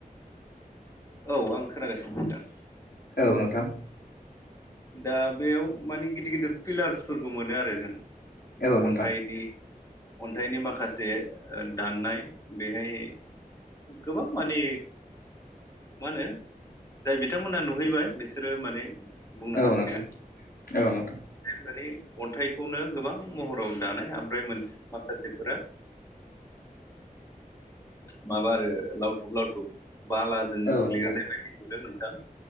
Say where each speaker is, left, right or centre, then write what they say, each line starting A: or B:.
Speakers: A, on the left; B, on the left.
A: औ आं खोनागासिनो नोंथां।
B: औ नोंथां।
A: दा बेयाव माने गिदिर गिदिर पिलार्सफोरखौ मोनो आरो जों।
B: औ नोंथां
A: अन्थाइनि अन्थाइनि माखासे दाननाय बेहाय गोबां माने मा होनो जाय बिथांमोनहा नुहैबाय बिसोरो माने बुंनो
B: औ
A: हासिगोन।
B: नोंथां औ नोंथां औ नोंथां
A: माने अन्थाइखौनो गोबां महराव दानाय ओमफ्राय माखासेफोरा माबा आरो लावथुब लावथुब बालाजों
B: औ नोंथां
A: लिरनाय बायदि नुदों नोंथां